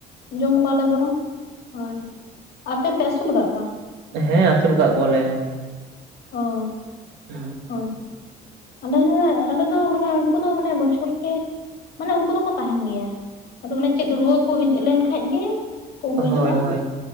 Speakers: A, on the left; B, on the right.
A: ᱡᱚᱢ ᱠᱚᱣᱟᱞᱮ ᱵᱚᱨᱚᱝ, ᱦᱳᱭ ᱾ ᱟᱯᱮ ᱯᱮ ᱟᱹᱥᱩᱞ ᱠᱟᱜ ᱠᱚᱣᱟ?
B: ᱦᱮᱸ, ᱟᱹᱥᱩᱞ ᱠᱟᱜ ᱠᱚᱣᱟᱞᱮ ᱾
A: ᱚ᱾
B: ᱦᱩᱸ᱾
A: ᱦᱳᱭ ᱟᱞᱮ ᱜᱮ ᱟᱞᱮ ᱫᱚ ᱢᱟᱱᱮ ᱩᱱᱠᱩ ᱫᱚ ᱢᱟᱱᱮ ᱵᱚᱪᱷᱚᱨ ᱠᱮ ᱢᱟᱱᱮ ᱩᱝᱠᱩ ᱫᱚᱠᱚ ᱛᱟᱦᱮᱸᱱ ᱜᱮᱭᱟ, ᱟᱫᱚ ᱚᱱᱮ ᱪᱮᱫ ᱨᱩᱣᱟᱹ ᱠᱚ ᱦᱮᱡ ᱞᱮᱱᱠᱷᱟᱡ ᱜᱮ, ᱠᱚ
B: ᱦᱳᱭ
A: ᱜᱩᱡᱩᱜᱼᱟ
B: ᱦᱳᱭ᱾